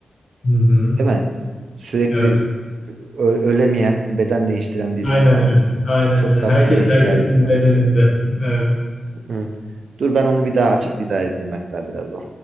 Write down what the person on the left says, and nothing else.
Hı hı.
Evet.
Aynen
öyle. Aynen
öyle.
Herkes
herkesin
bedeninde. Evet.